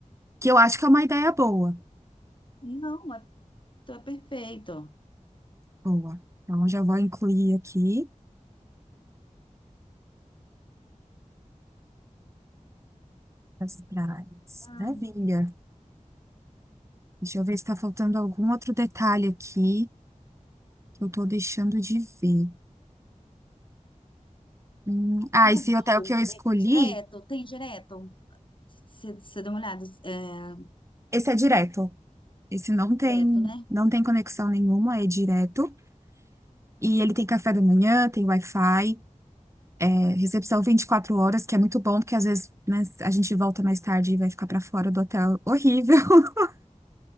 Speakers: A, on the right (about 20°); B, on the left (about 40°).
A: que eu acho que é uma ideia boa.
B: Não, é, é perfeito.
A: Boa. Então, já vou incluir aqui as praias.
B: Ah,
A: Maravilha. Deixa eu ver se está faltando algum outro detalhe aqui que eu estou deixando de ver. Hum, ah,
B: no
A: esse
B: voo,
A: hotel que eu escolhi,
B: é, é direto, tem direto. Você deu uma olhada, é,
A: esse é direto. Esse não tem,
B: direto, né?
A: não tem conexão nenhuma, é direto. E ele tem café da manhã, tem Wi-Fi. É, recepção 24 horas, que é muito bom, porque às vezes, né, a gente volta mais tarde e vai ficar para fora do hotel. Horrível. <laughs>